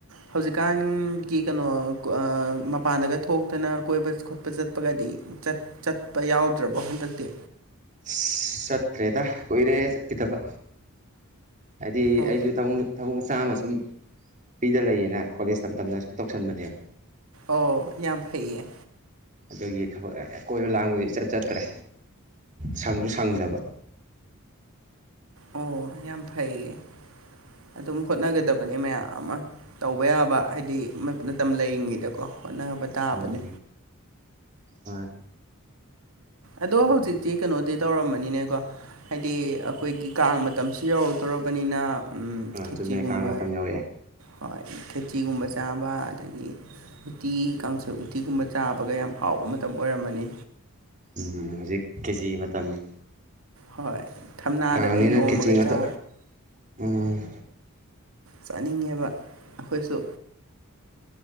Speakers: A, on the right; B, on the right.
A: ꯍꯧꯖꯤꯛꯀꯥꯟꯒꯤ ꯀꯩꯅꯣ ꯑ ꯃꯄꯥꯟꯗꯒ ꯊꯣꯛꯇꯅ ꯀꯣꯏꯕ ꯈꯣꯠꯄ ꯆꯠꯄꯒꯗꯤ ꯆꯠ ꯆꯠꯄ ꯌꯥꯎꯗ꯭ꯔꯕꯣ ꯍꯟꯗꯛꯇꯤ
B: ꯑꯁ ꯆꯠꯇ꯭ꯔꯦꯗ ꯀꯨꯏꯔꯦ ꯆꯠꯈꯤꯗꯕ ꯍꯥꯏꯗꯤ
A: ꯑꯣ
B: ꯑꯩꯁꯨ ꯊꯃꯣꯏ ꯊꯕꯛ ꯃꯆꯥ ꯑꯃ ꯁꯨꯝ ꯐ꯭ꯔꯤꯗ ꯂꯩꯌꯦꯅ ꯀꯣꯂꯦꯖ ꯇꯝ ꯇꯝꯅ ꯁꯨꯝ ꯇꯧꯁꯟꯕꯅꯦꯕ
A: ꯑꯣ ꯌꯥꯝ ꯐꯩꯌꯦ
B: ꯑꯗꯨꯒꯤ ꯊꯕꯛ ꯑꯀꯣꯏꯕ ꯂꯥꯡꯕꯗꯤ ꯏꯆꯠ ꯆꯠꯇ꯭ꯔꯦ ꯁꯪꯁꯨ ꯁꯪꯗꯔꯕ
A: ꯑꯣ ꯌꯥꯝ ꯐꯩꯌꯦ ꯑꯗꯨꯝ ꯍꯣꯠꯅꯒꯗꯕꯅꯦ ꯃꯌꯥꯝ ꯑꯃ ꯇꯧꯕ ꯌꯥꯕ ꯍꯥꯏꯗꯤ ꯃꯇꯝ ꯂꯩꯔꯤꯉꯩꯗꯀꯣ ꯍꯣꯠꯅꯕ ꯇꯥꯕꯅꯦ
B: ꯎꯝ ꯑꯥ
A: ꯑꯗꯣ ꯍꯧꯖꯤꯛꯇꯤ ꯀꯩꯅꯣꯗꯤ ꯇꯧꯔꯝꯃꯅꯤꯅꯦꯀꯣ ꯍꯥꯏꯗꯤ ꯑꯩꯈꯣꯏꯒꯤ ꯀꯥꯡ ꯃꯇꯝꯁꯨ ꯌꯧꯔꯛꯇꯣꯔꯕꯅꯤꯅ ꯊꯦꯆꯤꯒꯨꯝꯕ
B: ꯆꯨꯝꯃꯦ ꯀꯥꯡ ꯃꯇꯝ ꯌꯧꯔꯛꯑꯦ
A: ꯍꯣꯏ ꯊꯦꯆꯤꯒꯨꯝꯕ ꯆꯥꯕ ꯑꯗꯒꯤ ꯎꯇꯤ ꯀꯥꯡꯁꯣꯏ ꯎꯇꯤꯒꯨꯝꯕ ꯆꯥꯕꯒ ꯌꯥꯝ ꯍꯥꯎꯕ ꯃꯇꯝ ꯑꯣꯏꯔꯝꯃꯅꯤ
B: ꯎꯝ ꯍꯧꯖꯤꯛ ꯈꯦꯆꯤ ꯃꯇꯝꯅꯦ
A: ꯍꯣꯏ ꯊꯝꯅꯥꯗꯒ
B: ꯀꯥꯡꯅꯤꯅ
A: ꯌꯣꯝꯃꯒ
B: ꯈꯦꯆꯤ ꯉꯥꯛꯇ
A: ꯆꯥ
B: ꯎꯝ
A: ꯆꯥꯅꯤꯡꯉꯦꯕ ꯑꯩꯈꯣꯏꯁꯨ